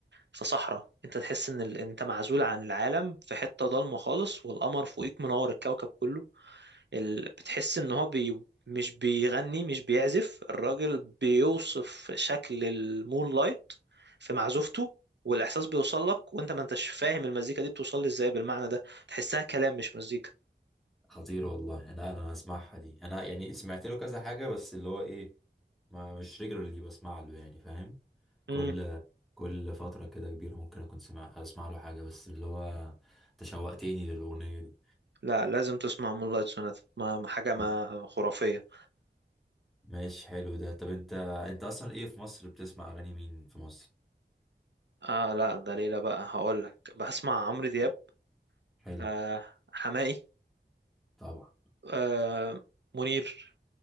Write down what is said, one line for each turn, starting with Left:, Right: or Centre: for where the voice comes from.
Right: في صحراء انت تحس ان ال... انت معزول عن العالم في حتة ضلمة خالص والقمر فوقيك منور الكوكب كله ال... بتحس ان هو بي... مش بيغني مش بيعزف الراجل بيوصف شكل المون لايت في معزوفته والاحساس بيوصل لك وانت ما انتش فاهم المزيكا دي بتوصل لي ازاي بالمعنى ده تحسها كلام مش مزيكا
Centre: خطير والله انا انا هسمعها دي انا يعني سمعت له كذا حاجه بس اللي هو ايه ما مش ريجولرلي بسمع له يعني فاهم
Right: امم
Centre: كل كل فتره كده كبيره ممكن اكون سمع اسمع له حاجه بس اللي هو تشوقتني للاغنيه
Right: لا لازم تسمع مون لايت سوناتا ما ما- حاجه ما
Centre: دي
Right: خرافيه
Centre: ماشي حلو ده طب انت انت اصلا ايه في مصر بتسمع اغاني مين في مصر
Right: اه لا ده ليلى بقى هقول لك بسمع عمرو دياب
Centre: حلو
Right: آه حماقي
Centre: طبعا
Right: آه منير